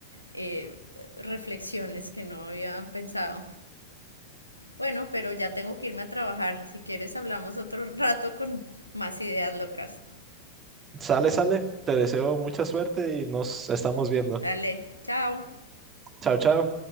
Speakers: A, on the left; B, on the right.
A: eh, reflexiones que no había pensado. Bueno, pero ya tengo que irme a trabajar. Si quieres, hablamos otro rato con más ideas locas.
B: Sale, sale, te deseo mucha suerte y nos estamos viendo.
A: Dale, chao.
B: Chao, chao.